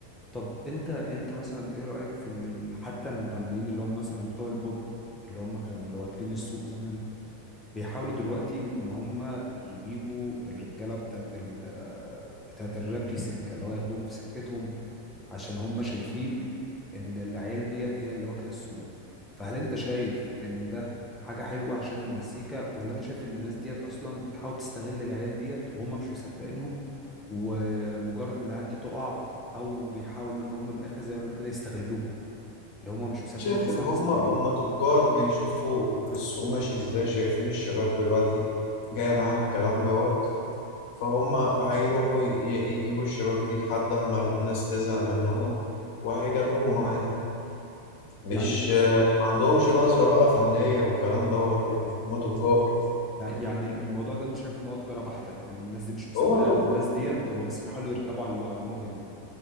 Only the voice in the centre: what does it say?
طب انت انت مثلا ايه رايك في ان ال- حتى المغنيين اللي هم مثلا بتوع البوب اللي هم كانوا اللي واكلين السوق زمان بيحاولوا دلوقتي ان هم يجيبوا الرجاله بتاعت ال آه، بتاعت الراب دي سكه اللي هو ياخدوهم في سكتهم عشان هم شايفين ان العيال ديت هي اللي واكله السوق فهل انت شايف ان ده حاجه حلوه عشان المزيكا ولا انت شايف ان الناس ديت اصلا بتحاول تستغل العيال ديت وهم مش مصدقينهم ومجرد ما العيال دي تقع او بيحاولوا ان هم من الاخر زي ما بيقولوا كده يستغلوهم اللي هم مش مصدقينهم
بس
احنا
بنستغلهم
يعني
يعني يعني الموضوع ده انت شايف ان هو تجاره بحته الناس دي مش مصدقه
الناس ديت هم بس بيحاولوا يركبوا على الو- على الموجه دي